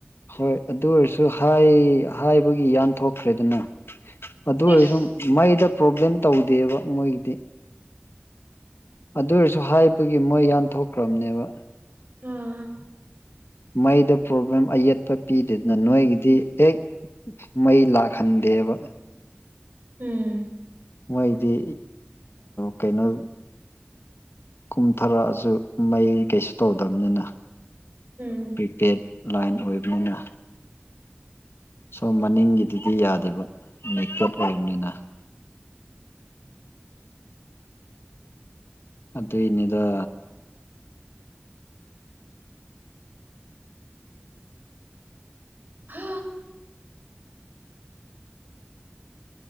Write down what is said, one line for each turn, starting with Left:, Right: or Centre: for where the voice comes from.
Left: ꯍꯣꯏ ꯑꯗꯨ ꯑꯣꯏꯔꯁꯨ ꯍꯥꯏ ꯍꯥꯏꯕꯒꯤ ꯌꯥꯟꯊꯣꯛꯈ꯭ꯔꯦꯗꯅ ꯑꯗꯨ ꯑꯣꯏꯔꯁꯨ
Right: ꯏꯁ
Left: ꯃꯩꯗ ꯄ꯭ꯔꯣꯕ꯭ꯂꯦꯝ ꯇꯧꯗꯦꯕ ꯃꯣꯏꯒꯤꯗꯤ ꯑꯗꯨ ꯑꯣꯏꯔꯁꯨ ꯍꯥꯏꯕꯒꯤ ꯃꯣꯏ ꯌꯥꯟꯊꯣꯛꯈ꯭ꯔꯕꯅꯦꯕ
Right: ꯎꯝ
Left: ꯃꯩꯗ ꯄ꯭ꯔꯣꯕ꯭ꯂꯦꯝ ꯑꯌꯦꯠꯄ ꯄꯤꯗꯗꯅ ꯅꯣꯏꯒꯤꯗꯤ ꯍꯦꯛ ꯃꯩ ꯂꯥꯛꯍꯟꯗꯦꯕ
Right: ꯎꯝ
Left: ꯃꯣꯏꯗꯤ ꯀꯩꯅꯣ ꯀꯨꯝꯊꯔꯛꯑꯁꯨ ꯃꯩ ꯀꯩꯁꯨ ꯇꯧꯗꯕꯅꯤꯅ
Right: ꯎꯝ
Left: ꯄ꯭ꯔꯤꯄꯦꯗ ꯂꯥꯏꯟ ꯑꯣꯏꯕꯅꯤꯅ ꯁꯣ ꯃꯅꯤꯡꯒꯤꯗꯨꯗꯤ ꯌꯥꯗꯦꯕ ꯃꯦꯛꯇꯞ ꯑꯣꯏꯕꯅꯤꯅ ꯑꯗꯨ ꯏꯟꯅꯗ
Right: ꯍꯥ